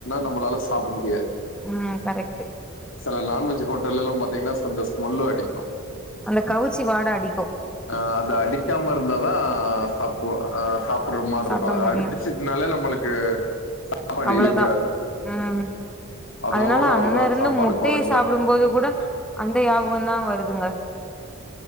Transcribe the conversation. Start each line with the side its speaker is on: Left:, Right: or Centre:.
Left: நம்மளால சாப்ட முடியாது
Centre: ம் கரெக்ட்
Left: சில நான்வெஜ் ஹோட்டல்ல எல்லா பாத்தீங்கன்னா சொந்த ஸ்மெல்லு அடிக்கு
Centre: அந்த கவுச்சி வாட அடிக்கு
Left: ஆ அது அடிக்காம இருந்தாதா சாப் அப்போ அ சாப்டுற மாரி
Centre: சாப்ட
Left: இருக்கு அது
Centre: முடியு
Left: அடிச்சதுனாலே நம்மளுக்கு சாப்பாடு
Centre: அவ்வளதா
Left: இழுக்காது
Centre: ம்
Left: அதோட
Centre: அதனால
Left: அவ்ளோதா
Centre: அண்ண இருந்து
Left: சாப்பாடு
Centre: முட்டையை
Left: கொறஞ்சு
Centre: சாப்பிடும்போது கூட அந்த யாபகம்தா வருதுங்க